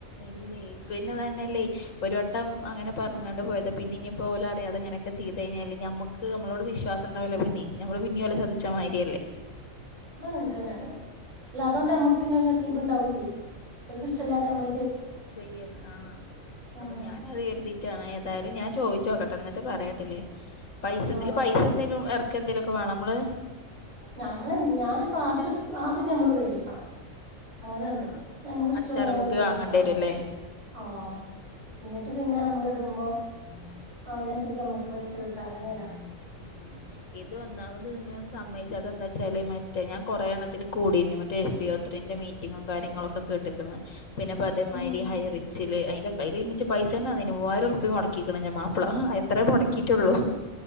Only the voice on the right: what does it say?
അപ്പൊ അങ്ങെൻ തന്നെണ് അല്ല അതൊണ്ട് നമ്മുക്ക് പിന്നൊരു നസീബ് ണ്ടാവൂല്ലേ ഓല്ക് ഇഷ്ടല്ലാതെ നമ്മ
ഉം
ആഹ്
നമ്മളെ ഞാനിപ്പോ ആദ്യം ആദ്യം നമ്മള് മേടിക്കണം അങ്ങനെയുണ്ട്
നമുക്ക് ഇഷ്ടുള്ളൊരണ്ണെന്ന്
മെട്ച്ചാൽ
മതി
ആഹ് ന്നിട്ട് പിന്നെ നമ്മൾ ഇടും മ്പോ അതിനനുസരിച്ച് നമ്മക്ക് പൈസ കിട്ട അങ്ങനെ ണ്
ഉം